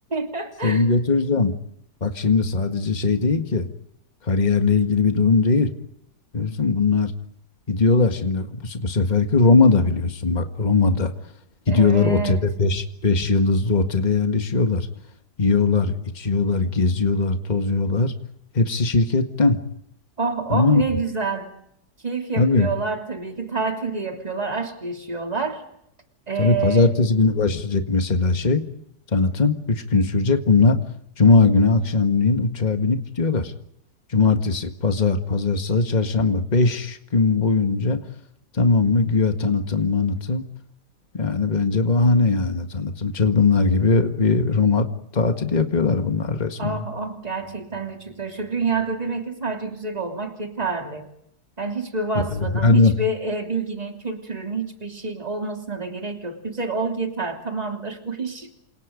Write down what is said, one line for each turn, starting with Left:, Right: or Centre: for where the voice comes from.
Right: <laughs>
Left: seni götüreceğim. Bak şimdi sadece şey değil ki kariyerle ilgili bir durum değil. Biliyorsun bunlar Gidiyorlar şimdi bu, bu seferki Roma'da biliyorsun bak Roma'da
Right: Evet.
Left: gidiyorlar otele beş 5 yıldızlı otele yerleşiyorlar. Yiyorlar, içiyorlar, geziyorlar, tozuyorlar. Hepsi şirketten.
Right: Oh oh
Left: Tamam
Right: ne
Left: mı?
Right: güzel. Keyif yapıyorlar
Left: Tabii.
Right: tabii ki. Tatil de yapıyorlar. Aşk yaşıyorlar. Ee.
Left: Tabii pazartesi günü başlayacak mesela şey tanıtım. üç gün sürecek. Bunlar cuma günü akşamleyin uçağa binip gidiyorlar. Cumartesi, pazar, pazar, salı, çarşamba 5 gün boyunca tamam mı? Güya tanıtım, manıtım. Yani bence bahane yani. Tanıtım çılgınlar gibi bir Roma tatili yapıyorlar bunlar resmen.
Right: Ah ah gerçekten de çok güzel. Şu dünyada demek ki sadece güzel olmak yeterli. Yani hiçbir vasfının,
Left: Yani pardon.
Right: hiçbir e, bilginin, kültürün, hiçbir şeyin olmasına da gerek yok. Güzel ol yeter, tamamdır <laughs> bu iş.